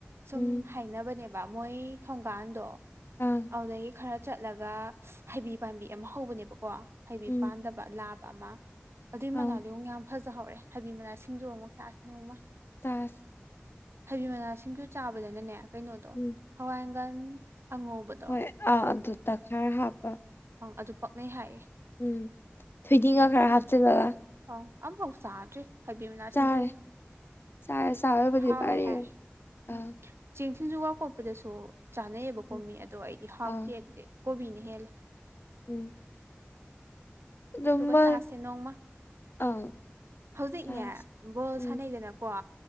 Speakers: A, on the right; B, on the left.
A: ꯁꯨꯝ
B: ꯎꯝ
A: ꯍꯥꯏꯅꯕꯅꯦꯕ ꯃꯣꯏ ꯊꯣꯡꯒꯥꯟꯗꯣ
B: ꯑꯥ
A: ꯑꯗꯨꯗꯒꯤ ꯈꯔ ꯆꯠꯂꯒ ꯍꯩꯕꯤ ꯄꯥꯝꯕꯤ ꯑꯃ ꯍꯧꯕꯅꯦꯕꯀꯣ ꯍꯩꯕꯤ
B: ꯎꯝ
A: ꯄꯥꯟꯗꯕ ꯂꯥꯞ ꯑꯃ ꯑꯗꯨꯏ
B: ꯑꯥꯎ
A: ꯃꯅꯥꯎꯗ ꯑꯃꯨꯛ ꯌꯥꯝ ꯐꯖꯍꯧꯔꯦ ꯍꯥꯏꯕꯤ ꯃꯅꯥ ꯁꯤꯡꯖꯨ ꯑꯃꯨꯛ ꯆꯥꯁꯤꯅꯦꯨꯃ
B: ꯆꯥꯁ
A: ꯍꯩꯕꯤ ꯃꯅꯥꯁꯤꯡꯁꯨ ꯆꯥꯕꯗꯅꯅꯦ ꯀꯩꯅꯣꯗꯣ
B: ꯎꯝ
A: ꯍꯋꯥꯏꯒꯜ ꯑꯉꯧꯕꯗ
B: ꯍꯣꯏ ꯑ ꯑꯗꯨ ꯇ ꯈꯥꯔ ꯍꯥꯞꯄ
A: ꯑꯪ ꯑꯗꯨ ꯄꯛꯅꯩ ꯍꯥꯏꯌꯦ
B: ꯎꯝ ꯊꯣꯏꯗꯤꯡꯒ ꯈꯔ ꯍꯥꯞꯆꯤꯜꯂꯒ
A: ꯑ ꯑꯝꯐꯥꯎ ꯆꯥꯗ꯭ꯔꯤ ꯍꯥꯏꯕꯤ ꯃꯅꯥ
B: ꯆꯥꯔꯦ
A: ꯁꯤꯡꯖꯨꯁꯦ
B: ꯆꯥꯔ ꯆꯥꯕꯕꯨꯗꯤ
A: ꯍꯥꯎꯋꯦ
B: ꯄꯔꯦꯡ
A: ꯍꯥꯏ ꯎꯝ
B: ꯑꯥ
A: ꯆꯦꯡ ꯊꯁꯤꯡꯖꯨ ꯋꯥ ꯀꯣꯠꯄꯗꯁꯨ ꯆꯥꯅꯩꯑꯕꯀꯣ
B: ꯎꯝ
A: ꯃꯤ ꯑꯗꯣ ꯑꯩꯗꯤ ꯍꯥꯐ
B: ꯑꯥ
A: ꯗꯦ ꯑꯗꯨꯗꯤ ꯀꯣꯕꯤꯅꯤ ꯍꯦꯜꯂꯦ
B: ꯎꯝ ꯑꯗꯨꯃ
A: ꯑꯗꯨꯒ ꯆꯥꯁꯦ ꯅꯣꯡꯃ
B: ꯑꯥ
A: ꯍꯧꯖꯤꯛꯅꯦ
B: ꯆꯥꯁ
A: ꯕꯣꯜ
B: ꯎꯝ
A: ꯁꯥꯟꯅꯩꯗꯅꯀꯣ